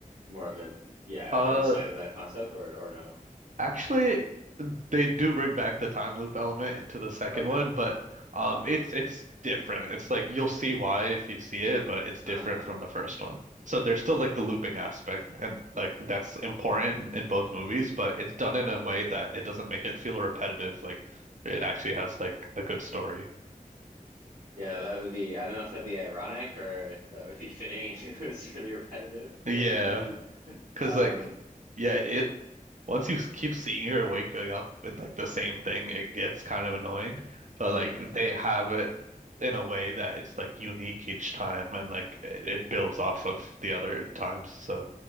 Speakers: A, on the right; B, on the right.
A: more of a yeah,
B: Uh
A: outside of that concept or or no.
B: actually they do bring back the time loop element into the second
A: Okay.
B: one, but um it's it's different. It's like you'll see why if you see it, but it's
A: Uh
B: different from the first one. So there's still like the looping aspect and like that's important in both movies, but it's done in a way that it doesn't make it feel repetitive. Like it actually has like a good story.
A: yeah, that would be I don't know if that'd be ironic or if that would be fitting <laughs> if it was really repetitive.
B: Yeah.
A: <laughs>
B: Cause
A: Um,
B: like, yeah, it once you s- keep seeing her waking up with like the same thing, it gets kind of annoying. But
A: mhm.
B: like they have it in a way that it's like unique each time, and like it, it builds off of the other times. So